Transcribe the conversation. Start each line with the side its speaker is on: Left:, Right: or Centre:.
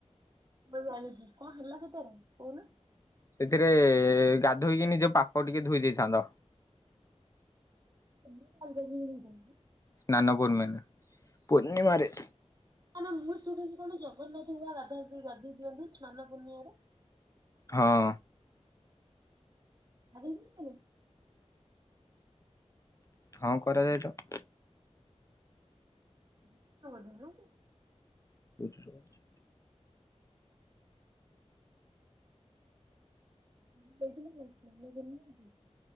Right: ମୁଁ ଜାଣିଚି କଣ ହେଲା ସେଥିରେ କହୁନ?
Left: ସେଥିରେ ଗାଧୋଇକି ନିଜ ପାପ ଟିକେ ଧୋଇ ଦେଇଥାନ୍ତ।
Right: <unintelligible>
Left: ସ୍ନାନ ପୂର୍ଣ୍ଣି ପୂର୍ଣ୍ଣିମାରେ।
Right: ନା ନା ମୁଁ ଶୁଣିଚି କଣ ଜଗନ୍ନାଥଙ୍କୁ ପା ଗାଧା ଗାଧେଇ ଦିଅନ୍ତି ସ୍ନାନ ପୂର୍ଣ୍ଣିମାରେ?
Left: ହଁ।
Right: <unintelligible>
Left: ହଁ କରାଯାଏ ତ।
Right: <unintelligible>
Left: <unintelligible>
Right: <unintelligible>